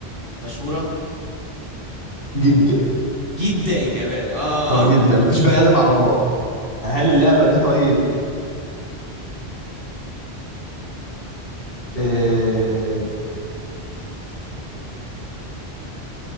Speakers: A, on the right (about 55°); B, on the left (about 60°).
A: مشهورة
B: جدا
A: جدا كمان اه
B: اه جدا
A: اه
B: مفيش بني ادم اعرفها هل اللعبه دي طيب أه...